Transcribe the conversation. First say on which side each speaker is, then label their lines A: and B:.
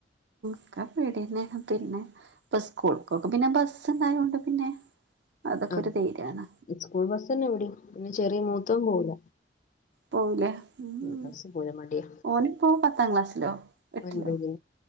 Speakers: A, on the right; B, on the left.
A: ക്ക പേടിന്നെ പിന്നെ പ്പ സ്കൂൾക്കൊക്കെ പിന്നെ ബസ്ണ്ടായോണ്ട് പിന്നെ അതൊക്കെ
B: ആഹ്
A: ഒരു ധൈര്യാണ്
B: സ്കൂൾ ബസ്സ്ന്നെ യിവിടിം പിന്നെ ചെറിയ മൂത്തോൻ പോവൂല
A: പോവൂലേ ഉം
B: ബസ് പോവാൻ മടിയ
A: ഓനിപ്പോ പത്താം ക്ലാസ്സിലോ എട്ടിലോ
B: ഒൻപയില്